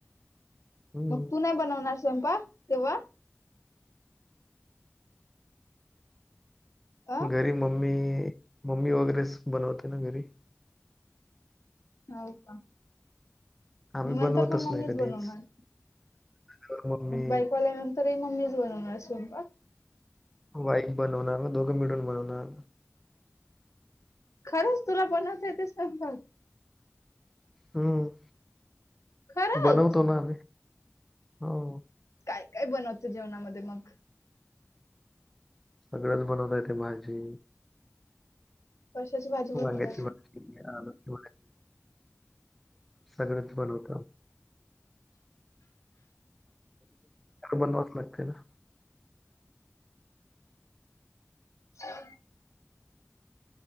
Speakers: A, in the centre; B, on the left (about 80°).
A: हं.
B: मग तू नाही बनवणार स्वयंपाक तेव्हा? अ
A: घरी मम्मी मम्मी वगैरेच बनवते ना घरी.
B: हो का,
A: आम्ही
B: नंतर
A: बनवतच
B: पण मम्मीच
A: नाही कधीच.
B: बनवणार.
A: तर मम्मी
B: मग बाईको आल्यानंतरही मम्मीच बनवणार स्वयंपाक.
A: वाईफ बनवणार ना दोघं मिळून बनवणार.
B: खरंच तुला बनवता येतंय स्वयंपाक.
A: हम्म,
B: खरंच?
A: बनवतो ना आम्ही हो.
B: काय काय बनवतं जेवणामध्ये मग
A: सगळंच बनवता येते भाजी,
B: कशाची भाजी बनवतात‌.
A: वांग्याची भाजी, आलूची सगळंच बनवत. बनवासं लागते ना.
B: ह